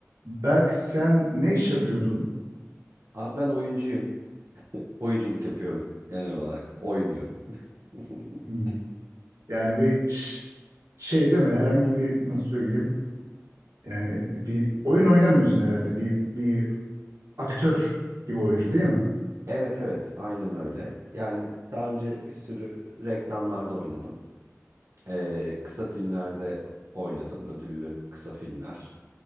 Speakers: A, on the right; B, on the right.
A: Berk sen ne iş yapıyordun?
B: Abi ben oyuncuyum. Oyunculuk yapıyorum genel olarak. Oynuyorum. <laughs>
A: Hmm. Yani bir ş- şey değil mi? Herhangi bir nasıl söyleyeyim? Yani bir oyun oynamıyorsun herhalde. Bir bir aktör gibi oyuncu değil mi?
B: Evet evet aynen öyle. Yani daha önce bir sürü reklamlarda oynadım. Ee, kısa filmlerde oynadım. Ödüllü kısa filmler.